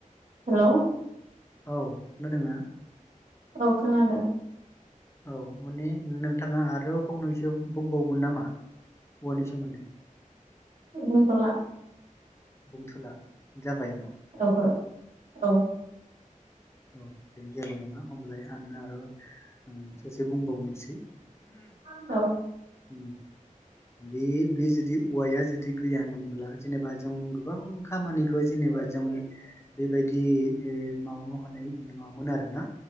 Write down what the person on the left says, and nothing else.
औ खोनादोंना?
औ मानि नोंथाङा आरो फंनैसो बुंबावगोन नामा? औवानि सोमोन्दै?
बुंथ'ला जाबाय न।
अ दे जेबो नङा होमलाय आंनो आरो ओ ससे बुंबावनोसै।
उम बे बे जुदि औवाया जुदि गैयामोनब्ला जेनेबा जों गोबां खामानिखौ जेने बा जों बेबायदि ओ मावन' हानाय नङामोन आरोना